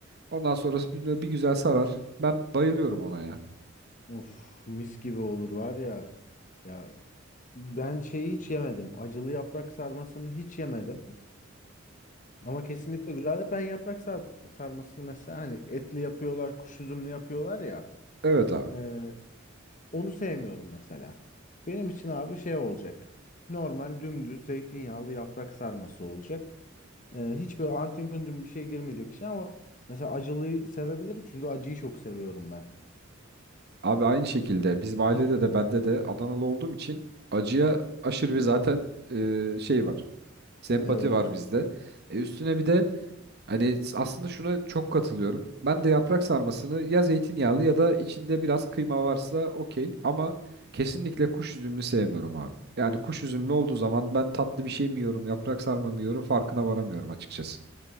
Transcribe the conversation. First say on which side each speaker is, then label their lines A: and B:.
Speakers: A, on the right; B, on the left.
A: Ondan sonrası bir, bir güzel sarar. Ben bayılıyorum ona ya.
B: Of mis gibi olur var ya. Ya Ben şeyi hiç yemedim. Acılı yaprak sarmasını hiç yemedim. Ama kesinlikle güzeldir. Ben yaprak sar- sarmasını mesela hani etli yapıyorlar, kuş üzümlü yapıyorlar ya.
A: Evet abi.
B: e, onu sevmiyorum mesela. Benim için abi şey olacak. Normal dümdüz zeytinyağlı yaprak sarması olacak. E, hiç böyle antin kuntin bir şey girmeyecek işe ama mesela acılıyı sevebilirim çünkü acıyı çok seviyorum ben.
A: Abi aynı şekilde bizim ailede de bende de Adanalı olduğum için acıya aşırı bir zaten e, şey var.
B: <laughs>
A: Sempati
B: Evet.
A: var bizde. E, üstüne bir de hani aslında şuna çok katılıyorum. Ben de yaprak sarmasını ya zeytinyağlı ya da içinde biraz kıyma varsa okey ama kesinlikle kuş üzümlü sevmiyorum abi. Yani kuş üzümlü olduğu zaman ben tatlı bir şey mi yiyorum, yaprak sarma mı yiyorum farkına varamıyorum açıkçası.